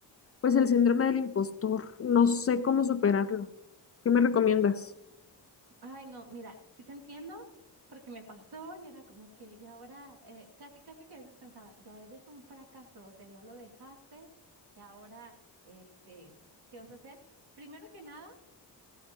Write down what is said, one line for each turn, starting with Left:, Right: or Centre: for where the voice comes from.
Left: pues el síndrome del impostor. No sé cómo superarlo. ¿Qué me recomiendas?
Right: Ay, no, mira, sí te entiendo, porque me pasó y era como que, y ahora, eh, casi, casi que a veces pensaba, ya eres un fracaso, o sea, ya lo dejaste, y ahora, este, ¿qué vas a hacer? Primero que nada,